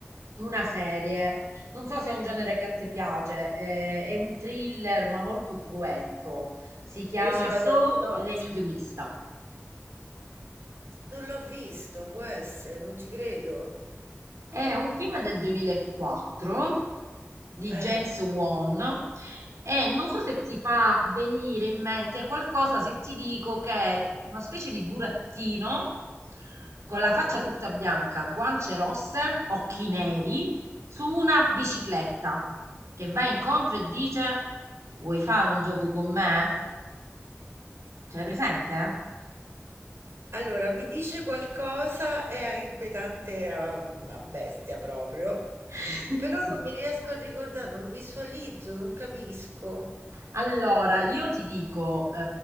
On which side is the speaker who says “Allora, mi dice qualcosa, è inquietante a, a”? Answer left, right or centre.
Right